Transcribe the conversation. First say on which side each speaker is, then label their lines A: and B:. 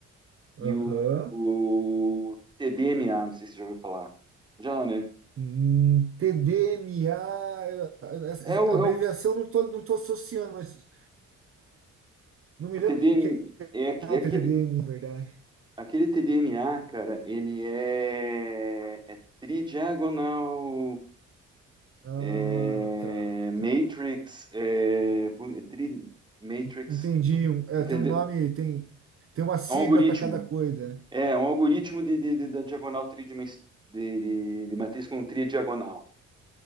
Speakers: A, on the right; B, on the right.
A: e
B: Aham.
A: o, o TDMA, não sei se você já ouviu falar. Já, né?
B: Hum, TDMA, eu- essa-
A: É o,
B: essa abreviação
A: é o,
B: eu não tô, não tô associando, mas Não me
A: o TDM,
B: lembro o que que
A: é, aque-
B: é o
A: é aquele,
B: TTDN, na verdade.
A: aquele TDMA, cara, ele é, é tridiagonal
B: Ah,
A: é,
B: tá,
A: matrix,
B: tá.
A: é, bu- é tri, matrix,
B: Entendi. Um- é,
A: entendeu?
B: tem um nome, tem, tem uma sigla
A: É um algoritmo.
B: para cada coisa, né?
A: É, um algoritmo de, de- de- da diagonal tridimensional, de, de- de matriz com tridiagonal.